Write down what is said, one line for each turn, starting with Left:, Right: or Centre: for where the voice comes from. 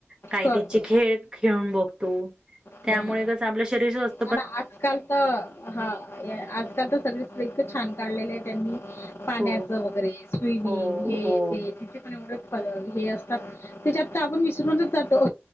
Right: कायदे
Left: करतो
Right: खेळ खेळून बघतो त्यामुळे
Left: हो ना
Right: आपलं शरीर स्स्
Left: आणि आजकाल तर हा आजकाल तर सगळेत छान काढलेले आहे त्यांनी पाण्याचं
Right: हो
Left: वगैरे स्विमिंग
Right: हो
Left: हे
Right: हो.
Left: ते तिथे पण एवढं हे असतात त्याच्या आतता आपण विसरूनच जातो